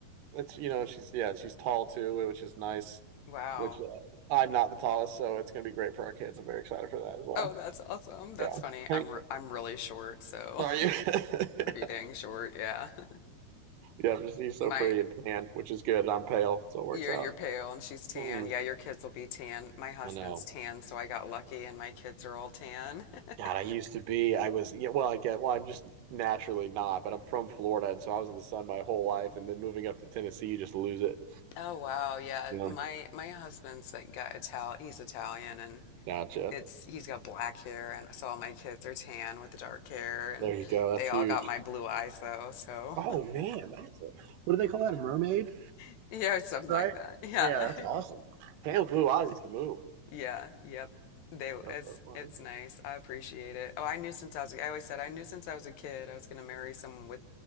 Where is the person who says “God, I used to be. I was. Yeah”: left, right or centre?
Right